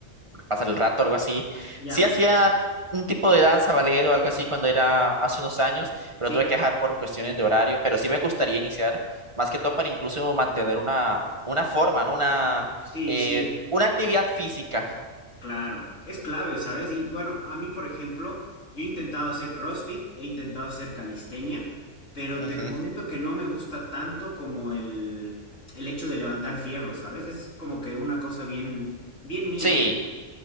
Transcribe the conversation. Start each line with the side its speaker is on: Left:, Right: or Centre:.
Right: pasar el rato, algo así.
Left: Ya,
Right: Sí hacía un tipo de danza, ballet o algo así cuando era hace unos años, pero
Left: sí,
Right: tuve que dejar por cuestiones de horario, pero sí me gustaría iniciar, más que todo para incluso mantener una, una forma, ¿no? Una,
Left: sí,
Right: eh,
Left: sí.
Right: una actividad física.
Left: Claro, es clave, ¿sabes? Y bueno, a mí, por ejemplo, yo he intentado hacer CrossFit, he intentado hacer calistenia, pero
Right: Ujú.
Left: te comento que no me gusta tanto como el, el hecho de levantar fierro, ¿sabes? Es como que una cosa bien, bien mía,
Right: Sí,